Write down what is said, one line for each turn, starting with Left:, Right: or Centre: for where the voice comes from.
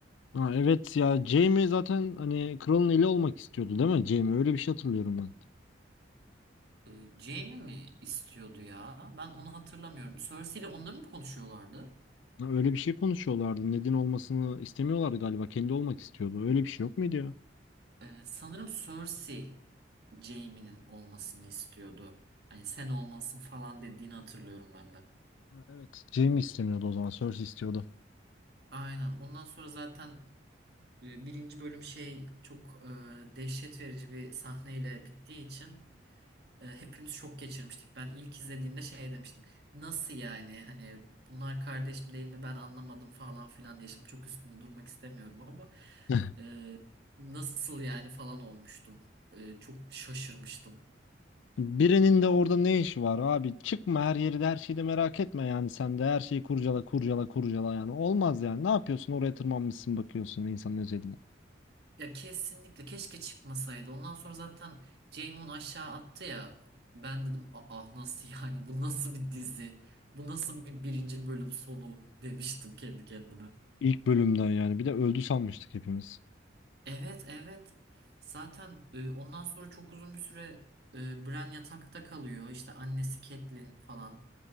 Left: Ha, evet ya Jaime zaten hani kralın eli olmak istiyordu değil mi Jaime? Öyle bir şey hatırlıyorum ben.
Right: Ee, Jaime mi istiyordu ya? Ben onu hatırlamıyorum. Cersei ile onları mı konuşuyorlardı?
Left: Ha, öyle bir şey konuşuyorlardı. Ned'in olmasını istemiyorlardı galiba. Kendi olmak istiyordu. Öyle bir şey yok muydu ya?
Right: Ee, sanırım Cersei Jaime'nin olmasını istiyordu. Hani sen olmalısın falan dediğini hatırlıyorum ben de.
Left: Ha, Evet. Jaime istemiyordu o zaman. Cersei istiyordu.
Right: Aynen. Ondan sonra zaten e, birinci bölüm şey çok e, dehşet verici bir sahneyle bittiği için e, hepimiz şok geçirmiştik. Ben ilk izlediğimde şey demiştim. Nasıl yani? Hani bunlar kardeş mi değil mi? Ben anlamadım falan filan diye. Şimdi çok üstünde durmak istemiyorum ama
Left: <laughs>
Right: e, nasıl yani falan olmuştum. E, çok şaşırmıştım.
Left: Birinin de orada ne işi var abi? Çıkma her yeri de her şeyi de merak etme yani sen de her şeyi kurcala kurcala kurcala yani olmaz yani. Ne yapıyorsun oraya tırmanmışsın bakıyorsun insanın özeline.
Right: Ya kesinlikle keşke çıkmasaydı. Ondan sonra zaten Jaimon aşağı attı ya. Ben dedim ah nasıl yani bu nasıl bir dizi? Bu nasıl bir birinci bölüm sonu demiştim kendi kendime.
Left: İlk bölümden yani bir de öldü sanmıştık hepimiz.
Right: Evet evet. Zaten e, ondan sonra çok uzun bir süre e, Bran yatakta kalıyor. İşte annesi Catelyn falan